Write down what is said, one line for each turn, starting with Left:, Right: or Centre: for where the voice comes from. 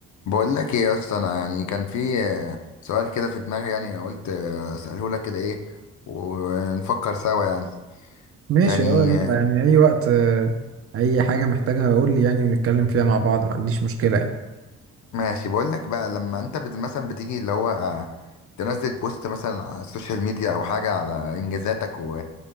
Left: بقول لك ايه يا اسطى انا يعني كان في آه، سؤال كده في دماغي يعني قلت آه، اساله لك كده ايه ونفكر سوا يعني
Right: ماشي
Left: يعني
Right: اه يلا
Left: آه،
Right: يعني اي وقت آه، اي حاجة محتاجها اقول لي يعني ونتكلم فيها مع بعض ما عنديش مشكلة يعني
Left: ماشي بقول لك بقى لما انت بت- مثلا بتيجي اللي هو آه، تنزل بوست مثلا على السوشيال ميديا او حاجه على انجازاتك و...